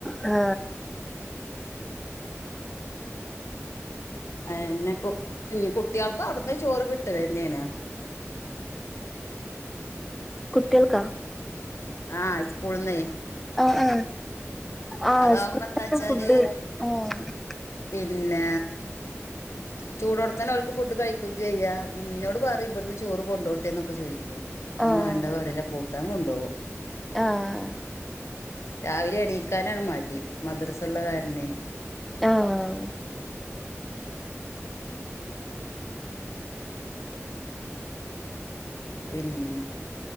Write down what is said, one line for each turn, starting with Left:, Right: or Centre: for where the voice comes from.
Centre: ഹ്
Left: എന്നെ പിന്നെ കുട്ട്യേൾക്കും അവിട്ന്ന് ചോറ് കിട്ടതെന്നെണ്.
Centre: കുട്ട്യേൾക്ക
Left: ആഹ് സ്കൂൾ ന്നെ
Centre: അഹ്ആഹ ആഹ
Left: അതാവുമ്പോ
Centre: സ്
Left: എന്താച്ചാല്
Centre: ഫുഡ് ആഹ <unintelligible>
Left: പിന്നെ ചൂട് കൊടുത്താന്നെ അവർക്ക് ഫുഡ് കഴിക്കും ചെയ്യാ മീനോട് പറയും ഇബെട്ന്ന് ചോറ് കൊണ്ടോട്ടേ എന്നൊക്കെ ചോദിക്കു ഞാൻ
Centre: ആഹ്
Left: വേണ്ട വറല്ല കൂട്ടാൻ കൊണ്ടോവും
Centre: ആഹ്
Left: രാവിലെ എണീക്കാനാണ് മടി മദ്രസ ഉള്ള കാരനെ.
Centre: ആഹ്
Left: പിന്നെ